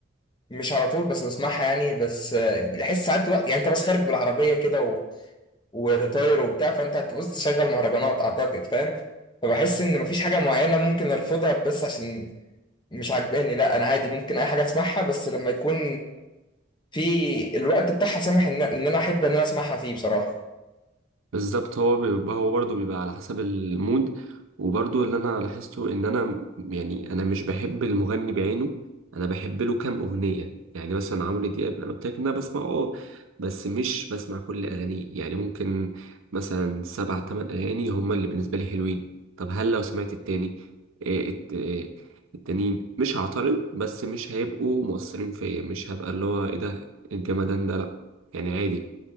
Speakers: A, on the left; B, on the right.
A: مش على طول بس بسمعها يعني بس آه، بحس ساعات وقت يعني انت بس خارج بالعربيه كده و... وده طاير وبتاع فانت هتبص تشغل مهرجانات اعتقد فاهم فبحس ان مفيش حاجه معينه ممكن ارفضها بس عشان مش عاجباني لا انا عادي ممكن اي حاجه اسمعها بس لما يكون في الوقت بتاعها سامح ان ان انا احب ان انا اسمعها فيه بصراحه
B: بالظبط هو بيبقى هو برضه بيبقى على حسب المود وبرضه اللي انا لاحظته ان انا يعني انا مش بحب المغني بعينه انا بحب له كام اغنيه يعني مثلا عمرو دياب انا قلت لك ان انا بسمع اه بس مش بسمع كل اغانيه يعني ممكن مثلا سبع تمن اغاني هما اللي بالنسبه لي حلوين طب هل لو سمعت التاني إيه الت- إيه التانيين مش هعترض بس مش هيبقوا مؤثرين فيا مش هبقى اللي هو ايه ده الجمدان ده لا يعني عادي